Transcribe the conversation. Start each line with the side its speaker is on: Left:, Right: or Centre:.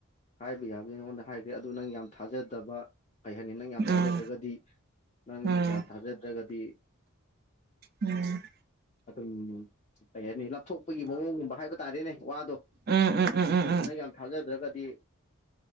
Left: ꯍꯥꯏꯕ ꯌꯥꯕꯦ ꯅꯉꯣꯟꯗ ꯍꯥꯏꯈ꯭ꯔꯦ ꯑꯗꯨ ꯅꯪ ꯌꯥꯝ ꯊꯥꯖꯗꯕ ꯀꯩ ꯍꯥꯏꯅꯤ ꯅꯪ ꯌꯥꯝ
Right: ꯎꯝ
Left: ꯊꯥꯖꯗ꯭ꯔꯒꯗꯤ ꯅꯪꯒꯤ
Right: ꯎꯝ
Left: ꯌꯥꯝ ꯊꯥꯖꯗ꯭ꯔꯒꯗꯤ
Right: ꯎꯝ
Left: ꯑꯗꯨꯝ ꯀꯩ ꯍꯥꯏꯅꯤ ꯂꯥꯞꯊꯣꯛꯄꯒꯤ ꯃꯑꯣꯡꯒꯨꯝꯕ ꯍꯥꯏꯕ ꯇꯥꯔꯦꯅꯦ ꯋꯥꯗꯣ
Right: ꯎꯝ ꯎꯝ ꯎꯝ ꯎꯝ ꯎꯝ
Left: ꯅꯪ ꯌꯥꯝ ꯊꯥꯖꯗ꯭ꯔꯒꯗꯤ